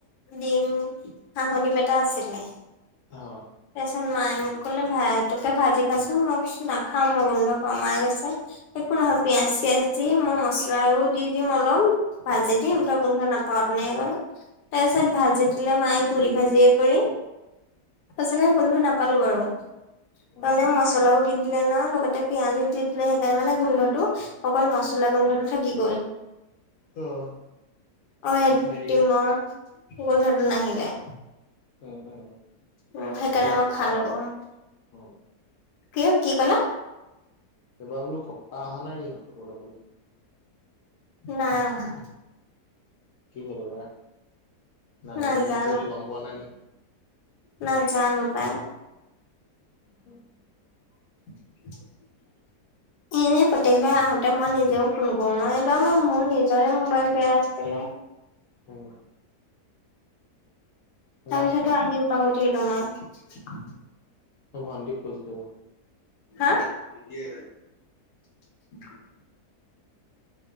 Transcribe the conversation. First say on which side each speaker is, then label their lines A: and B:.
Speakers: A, on the left; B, on the left.
A: ডিম, হাঁহৰ ডিম এটা আছিলে।
B: অ'।
A: তাৰপিছত মায়ে মোক ক'লে ভায়েটোকে ভাজি খাচোন মোক নাখাও মই গোন্ধ পাওঁ মায়ে কৈছে একো নহয় পিয়াজ চিয়াজ দি মই মচলাও দি দিওঁ অলপ ভাজ দিম
B: উম
A: তই গোন্ধ নাপাওঁ তেনেকে ক'লে তাৰ পিছত ভাজি দিলে মায়ে গুৰি ভাজিয়ে কৰি। সঁচাকে গোন্ধ নাপালোঁ, বাৰু
B: উম
A: মানে মছলাও দি দিলে ন' লগতে পিয়াজো দি দিলে সেইকাৰণে মানে গোন্ধটো অকল মচলা গোন্ধটো থাকি গ'ল।
B: অ'।
A: অ', এ
B: হেৰি
A: ডিমৰ গোন্ধটো
B: উম
A: নাহিলে।
B: উম, উম।
A: উম, সেইকাৰণে
B: এইবাৰ
A: মই
B: ককা
A: খালোঁ অ',
B: উম
A: কি কি ক'লা?
B: এবাৰ বোলো ককা অহা নাই নেকি খবৰ ল'বলৈ?
A: নাই অহা।
B: কি হবা দা, নাতিনীয়েক
A: নাজানো
B: আহিছে বুলি গম পোৱা নাই নেক
A: নাজানো পায়।
B: <inaudible>
A: <inaudible> এনেই প্ৰত্যেকবাৰ আহোতে মই নিজেও ফোন কৰোঁ ন' এইবাৰ মোৰ নিজৰে মোবাইল বেয়া আছিলে।
B: উম।
A: তাৰপিছতো
B: নাই
A: আহি পাহৰি থৈ আহিলো মই।
B: অ', ভন্তিক <unintelligible>
A: হা?
B: কিহেৰে <unintelligible>
A: <inaudible>